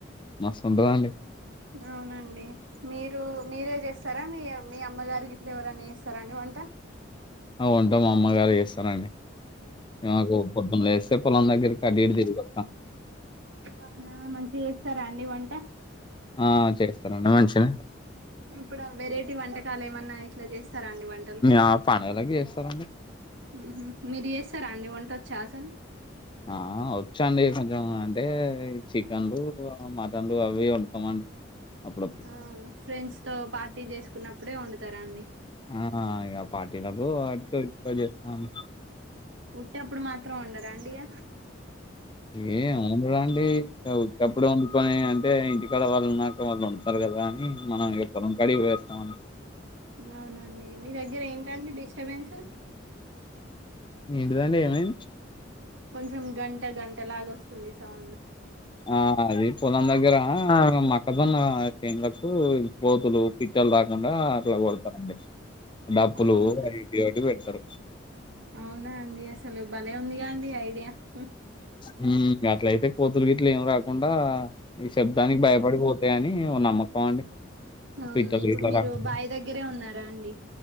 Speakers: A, on the left; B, on the right.
A: మస్త్ ఉంటదాండి
B: అవునండి మీరు మీరే చేస్తారా మీ మీ అమ్మగారికి గిట్లా ఎవరనా చేస్తారా అండి వంట
A: ఆ వంట మా అమ్మగారే చేస్తారండి మాకు పొద్దున లేస్తే పొలం దగ్గర పని ఏం లేదుగ
B: అవునా మంచిగా చేస్తారా అండి వంట
A: ఆ చేస్తానండి మంచి గనే
B: ఇప్పుడు వెరైటీ వంటకాలు ఏమన్నా ఇట్లా చేస్ స్తార అండి వంటలు
A: ఆ పండుగలకి చేస్తారండి
B: మ్ హు మీరు చేస్తా అండి వంటొచ్చా అస్సలు
A: ఆ వచ్చాండి కొంచెం అంటే చికెన్లు మటన్లు అవి వండుతామండి అప్పుడప్పుడు
B: ఆ ఫ్రెండ్స్ తో పార్టీ చేసుకున్నప్పుడే వండుతారా అండి
A: ఆ ఇగ పార్టీలకు వాటికి ఎక్కువ చేస్తున్నాను
B: వుట్టి అప్పుడు మాత్రం వండరా అండి ఇగ
A: ఏం వండుడండి ఉత్తి అప్పుడు వండుకొని అంటే ఇంటికాడ వాళ్ళు నాకు వాళ్ళు వండుతారు కదా అని మనం పొలం కాడికి పోయి వస్తామండి
B: అవునండి మీ దగ్గర ఏంటండి డిస్టబెన్స్
A: ఎంటిదండి ఏమైంది
B: కొంచెం గంట గంట లాగ వస్తుంది సౌండ్
A: ఆ అది పొలం దగ్గర మక్కజోన్న చే కోతులు పిట్టలు రాకుండా అట్లా కొడతారండి డప్పులు
B: అవునా
A: అవివి అటి పెడతారు
B: అవునా అండి అసలు భలే ఉందిగా అండి హ
A: హ అట్లయితే కోతులు గ ఇట్లు ఏమి రాకుండా ఈ శబ్దానికి భయపడిపోతాయి అని నమ్మకం అండి
B: అవునా
A: పిట్టలు
B: ఇప్పుడు
A: గిట్ల
B: మీరు
A: రాకుండా.
B: బావి దగ్గరే ఉన్నారా అండి